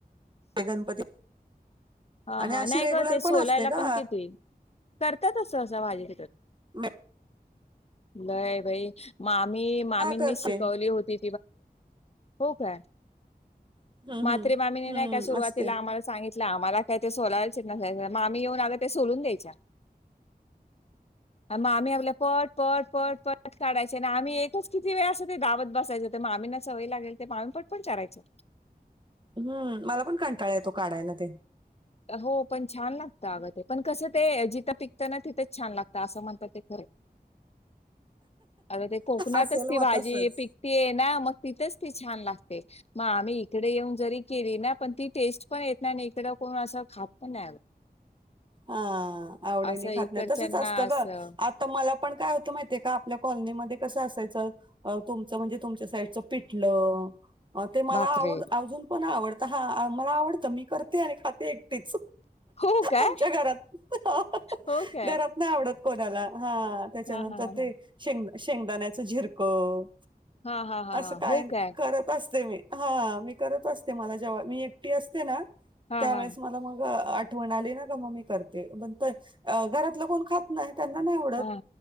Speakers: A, on the right; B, on the left.
A: गणपती
B: हा
A: आणि
B: हा
A: अशी
B: नाही
A: रेग्युलर
B: ग ते
A: पण
B: सोलायला
A: असते का
B: पण किती करतात सहसा भाजी
A: म
B: लय बाई मामी मामींनी
A: हा करते
B: शिकवली होती. हो काय
A: हम्म
B: मात्रे
A: हम्म
B: मामी
A: हम्म
B: नाही का सुरुवातीला
A: असते
B: आळस सांगितलं आम्हाला काय ते सोलायचे न मग आम्ही येऊन आग ते सोलून द्यायच्या आम्ही आपल्या पट पट पट पट काढायचे आणि आम्ही एकच किती वेळ असत ते गावात बसायचं ते मामीना सवय लागेल ते मामी पट पण चाररायचं.
A: हम्म मला पण कंटाळा येतो काढायला ते
B: हो पण छान लागतं अगं ते पण कसं ते जिथं पिकतं ना तिथंच छान लागतं असं म्हणतात ते खरं. अग ते कोकणातच
A: असेल
B: ती
A: मग
B: भाजी
A: तसंच
B: पिकतीय ना मग तिथच ती छान लागते मग आम्ही इकडे येऊन जरी केली ना पण ती टेस्ट पण येत ना इकदम. पण असं खाप नाही.
A: अ आवडी
B: असं
A: नाही
B: इकडच्यांना
A: खात नाही तसंच असतं
B: असं
A: ग आ. तर मला पण काय होतं माहितीये का आपल्या कॉलनीमध्येध्ये कसं असायचं. तुमचं म्हणजे तुमच्या साईडचं पिटलं. ते मला
B: भाकरी
A: आवड अजून पण आवडत हा मला आवडतं मी करते आणि खाते एकटीच.
B: हो काय?
A: आमच्या घरात
B: हो काय?
A: घरात नाही आवडत कोणाला हा त्याच्यानंतर
B: हां, हां, हां,
A: ते
B: हां.
A: शेंगदा शेंगदाण्याच झिरकं
B: हां, हां, हां,
A: असं
B: हां.
A: काही
B: हो काय?
A: करत असते मी हा मी करत असते मला जेव्हा मी एकटी असते ना
B: हां,
A: त्यावेेळेस
B: हां,
A: मला मग ठेवून आली ना मग मी करते पण घरातलं कोण खात नाही त्यांना नाही आवडत
B: हां.